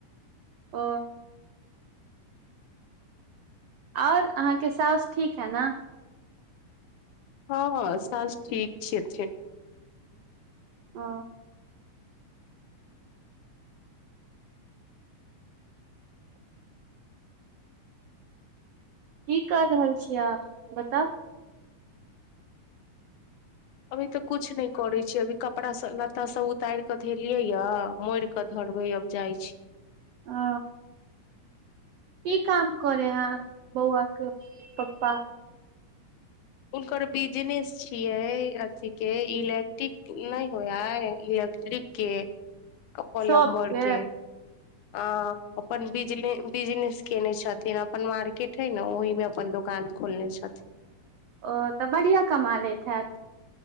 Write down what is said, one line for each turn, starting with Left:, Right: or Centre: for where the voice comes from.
Right: ह और अहाँके साउस ठीक हए न?
Left: हां हां साउस ठीक छथीन।
Right: ओ की कर रहल छियै अहाँ? बताउ।
Left: अभी तऽ कुछ नै करै छीयै। अभी कपड़ा सब लत्ता सब उताइर कऽ धेलियै य मोइड़ कऽ धरबै अब जाइ छी।
Right: ओ की काम करै हे बउवा के पप्पा?
Left: हुनकर बिजनेस छियै अथी के इलेक्टिक नै होइ हइ इलेक्ट्रिक के। अ पलम्बर
Right: सबके
Left: के। आ अपन बिजने बिजनेस केने छथिन। अपन मार्केट हय ने ओहीमे अपन दोकान खोलने छथिन।
Right: औ तऽ बढ़िया कमा लैत हएत?